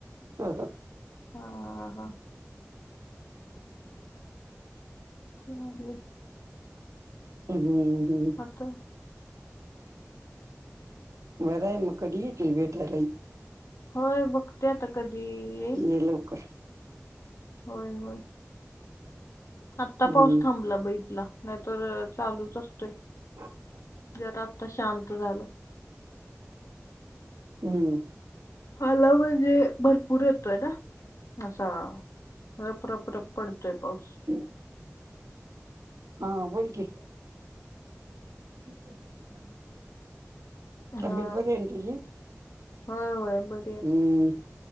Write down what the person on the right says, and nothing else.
ह हां.
<unintelligible>
बर आहे मग कधी येतील भेटला?
ते लोक.
हम्म
<unintelligible>
हम्.
<unintelligible> हा बोलकी. <unintelligible> तब्येत
बरी आहे ना तुझी
हम्म.